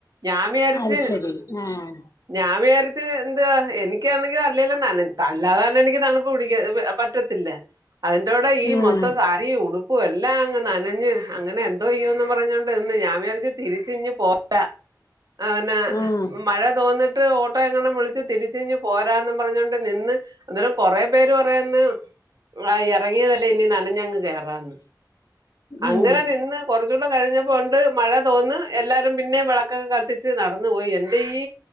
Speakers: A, on the right; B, on the left.
A: ഞാൻ വിചാരിച്ച്
B: അത് ശരി ആഹ്
A: ഞാൻ വിചാരിച്ച് എന്താ എനിക്കാന്നെങ്കിൽ അല്ലേലും നനഞ്ഞു അല്ലാതെ തന്നെ എനിക്ക് തണുപ്പ് പിട പറ്റത്തില്ല അതിന്റെറ കൂടെ ഈ
B: ഉം
A: മൊത്തം ഈ ഉടുപ്പും എല്ലാം അങ്ങ് നനഞ്ഞ് അങ്ങനെ എന്തോ ചെയയോന്ന് പറഞ്ഞോണ്ട് ഇന്ന് ഞാൻ വിചാരിചു തിരിച്ച് ഇങ് പോ <unintelligible> ആണ
B: ഉം
A: മഴ തോന്നിട്ട് ഓ ട്ടോ എങ്ങാനും വിളച്ച് തിരിച്ചിങ് പോരാന്നും പറഞ്ഞു കൊണ്ട് നിന്ന് അന്നേരം കൊറെേ പേര് പറയാന്ന് ആ ഇറങ്ങിയതല്ലേ ഇനി നനഞ്ഞങ്ങ് കേയറാന്ന് അങ്ങനെ
B: ഉം
A: നിന്ന് കുറച്ചൂടെ കഴിഞ്ഞപ്പോണ്ട് മഴ തോന്ന്ന്ന് എല്ലാരും പിന്നേ വിളക്കൊക്കെ കത്തിച്ച് നടന്നു പോയി എൻന്റെ ഈ